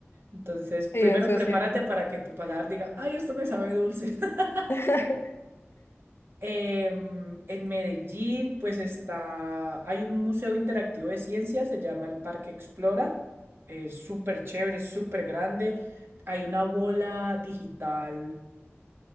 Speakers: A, on the right; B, on the left.
A: Entonces, primero
B: Sí, eso
A: prepárate
B: es cierto.
A: para que tu paladar diga, ay, esto me sabe dulce. <laughs>
B: <laughs>
A: Em, en Medellín, pues está, hay un museo interactivo de ciencia, se llama el Parque Explora. Es súper chévere, súper grande. Hay una bola digital